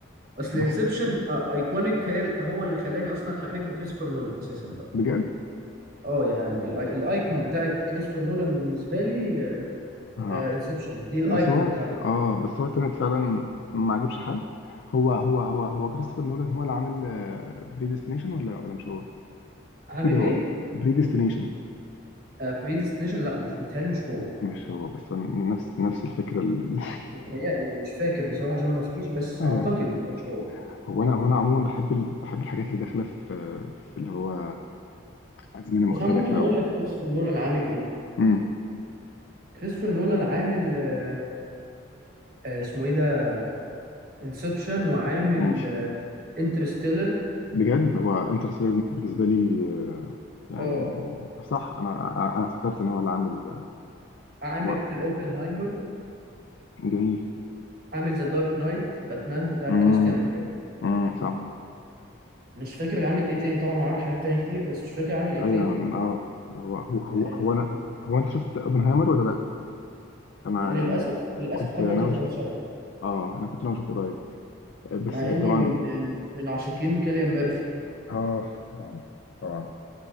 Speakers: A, on the right (about 50°); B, on the left (about 65°).
A: اصل
B: بس
A: انسبشن ايكونيك هي هو اللي خلاني اصلا احب كريستوفر نولان اساسا بقى
B: بجد
A: اه يعني ال- الايكون بتاعت كريستوفر نولان بالنسبه لي
B: اه
A: انسبشن دي الايكون
B: بس هو
A: بتاعته
B: اه بس هو تنت فعلا ما عجبش حد هو هو هو هو كريستوفر نولان هو اللي عامل بريديستنيشن ولا ولا مش هو
A: عامل
B: اكيد هو
A: ايه
B: بريديستنيشن
A: بريديستنيشن لا مش بتهيألي مش هو
B: مش هو بس هو نفس نفس الفكرة ال...
A: بيتهيألي أنا مش فاكر بصراحة عشان ما أفتيش بس أعتقد
B: <laughs> ايوه
A: ما كانش هو
B: هو انا هو انا عموما بحب ال... بحب الحاجات اللي داخلة في في اللي هو أزمنة مختلفة
A: بس أنا ممكن أقول
B: و...
A: لك كريستوفر نولان عامل إيه
B: مم.
A: كريستوفر نولان عامل آه، آه، اسمه إيه ده انسبشن وعامل
B: ماشي
A: انترستيلر
B: بجد هو انترستيلر بالنسبه لي آه، يعني
A: اه
B: صح انا انا أنا فكرت ان هو اللي عامل
A: عامل
B: هو
A: اوبنهايمر
B: جميل
A: عامل ذا دارك نايت باتمان بتاع
B: امم
A: كريستيان بيل
B: امم صح
A: مش فاكر عامل ايه تاني طبعا هو عامل حاجات تانية كتير بس مش فاكر عامل ايه
B: ايوه
A: تاني
B: اه هو هو هو,
A: آه،
B: هو انا هو انت شفت اوبنهايمر ولا لا انا
A: للاسف
B: يعني
A: للاسف
B: كنت
A: لحد
B: ناوي
A: دلوقتي ما
B: اشوف
A: اتفرجتش عليه
B: اه انا كنت ناوي اشوفه قريب بس
A: مع
B: طبعا
A: اني من من عاشقين كيليان ميرفي يعني
B: اه طبعا طبعا